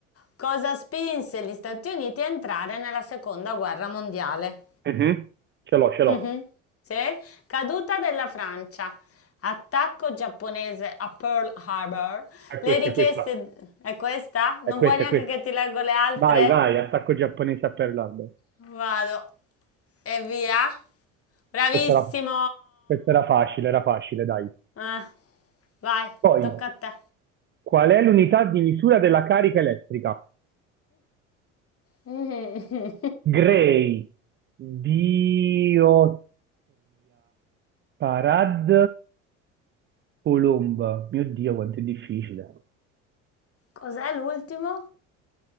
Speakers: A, on the left; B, on the right.
A: Cosa spinse gli Stati Uniti a entrare nella seconda guerra mondiale?
B: Mhm. Ce l'ho, ce l'ho.
A: Mhm. Sì? Caduta della Francia, attacco giapponese a Pearl Harbor,
B: È
A: le
B: questa,
A: richieste...
B: è questa.
A: È questa?
B: È
A: Non
B: questa,
A: vuoi neanche
B: è questa.
A: che ti leggo le altre?
B: Vai, vai, attacco giapponese a Pearl Harbor.
A: Vado. E via. Bravissimo.
B: Questa era, questa era facile, era facile, dai.
A: Eh, vai,
B: Poi,
A: tocca a te.
B: qual è l'unità di misura della carica elettrica?
A: <laughs>
B: Grey, Diotria, Parad, Colomba. Mio Dio, quanto è difficile.
A: Cos'è l'ultimo?